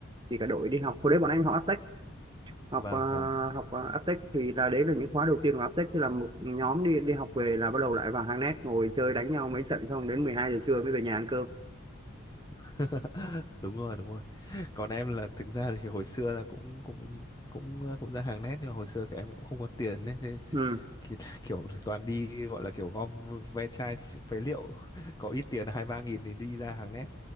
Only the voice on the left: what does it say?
vâng
vâng
<laughs> đúng rồi đúng rồi còn em là thực ra thì hồi xưa là cũng cũng cũng ờ, cũng ra hàng nét nhưng mà hồi xưa các em cũng không có tiền đấy thế
thì <laughs> kiểu toàn đi gọi là kiểu gom ve chai phế liệu <laughs> có ít tiền hai ba nghìn thì đi ra hàng nét